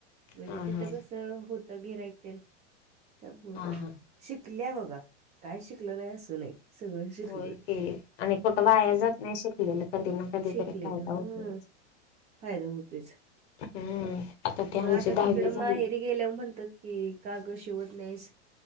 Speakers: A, on the right; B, on the left.
A: म्हणजे
B: हां
A: तिथं
B: हां
A: कसं होत घेर ऐकतील त्यामुळं
B: हा हा
A: शिकल्या बघा का शिकलले असून सगळ शिकलो
B: होय की आणि कुठं वाया जात नाही शिकलेलं कधी ना कधी
A: शिकलेलं
B: तरी फायदा होतो
A: हं फायदा होतोयच
B: हम्म ते
A: मग
B: आमची
A: आता
B: दहावी
A: तिकडं
B: झाली.
A: माहेरी गेल्यावर म्हणतात कि काग शिवत नाहीस